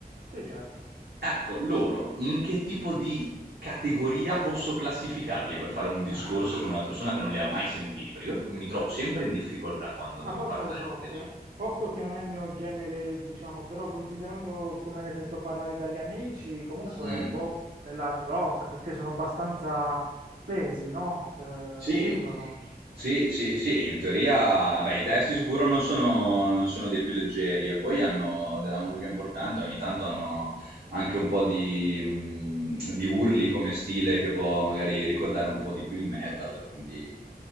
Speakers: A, on the right; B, on the right.
A: Sì, certo.
B: Ecco, loro, in che tipo di categoria posso classificarli per fare un discorso
A: <laughs>
B: con una persona che non li ha mai sentiti? Perché io mi trovo sempre in difficoltà quando devo
A: Ma forse
B: parlare
A: al rock,
B: di...
A: eh. Posto che non è il mio genere, diciamo, però considerando come ne sento parlare dagli amici, comunque,
B: Mm.
A: boh, dell'hard rock, perché sono abbastanza pesi, no? Eh,
B: Sì,
A: spingono,
B: sì, sì, sì, in teoria, beh, i testi sicuro non sono, non sono dei più leggeri e poi hanno della musica importante, ogni tanto hanno anche un po' di, mh, di urli come stile che può magari ricordare un po' di più il metal, quindi